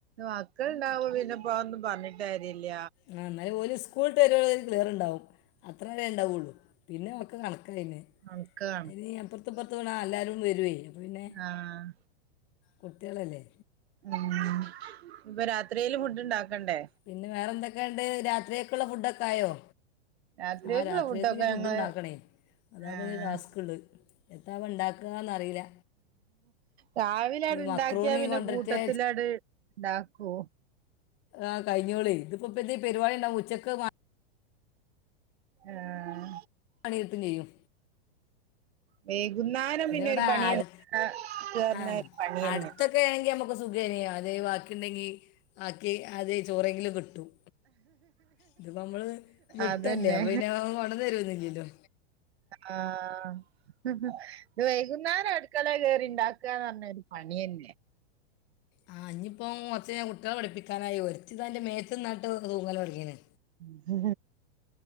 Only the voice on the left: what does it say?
ആഹ് എന്നാലും സ്കൂളിട്ടെരോളും ഒരു ക്ലിയർണ്ടാവും അത്രന്നെ ഉണ്ടാവള്ളൂ പിന്നെ ഒക്കെ കണക്കായിന്നെ
അയ്ന് അപ്പുറത്ത്പ്പൊർത്തുള്ള എല്ലാവരും വരുവേ അപ്പം പിന്നെ
കുട്ട്യാളല്ലേ
പിന്നെ വേറെന്തൊക്കെണ്ട് രാത്രിയൊക്കെള്ള ഫുഡൊക്കെ ആയോ
ആഹ് രാത്രിയെക്ക്
ഞ്ഞ് ഫുഡ്ണ്ടാക്കണേ
അതാപഞ്ഞ്
ടാസ്ക്ള്ള് എത്താപ്പണ്ടാക്കാന്ന റീല്ല
മക്രൂണി
കൊണ്ടിട്ട്
ആഹ് കഴ്ഞ്ഞോളി ഇതിപ്പ ഇപ്പെരിപാടി ഉണ്ടാവും ഉച്ചക്ക്
പണി കിട്ടും ചെയ്യും
ഇവിടെ
അടു
ആ
അടുത്തൊക്കെ ആണെങ്കിൽ നമുക്ക് സുഖേന അതെ ബാക്കി ഉണ്ടെങ്കിൽ ആക്കി അത് ചോറെങ്കിലും കിട്ടും ഇതിപ്പോ നമ്മള് വിട്ടല്ലേ
അപ്പ പിന്നെ മട തരുമന്നില്ലല്ലോ
ആ ഇനിയിപ്പോ മൊത്ത ഞാൻ കുട്ടികെ പഠിപ്പിക്കാനായി ഒച്ചിതതിന്റെ മേത്ത് നിന്നായിട്ട് തൂങ്ങല്ല പഠിക്കന്ന്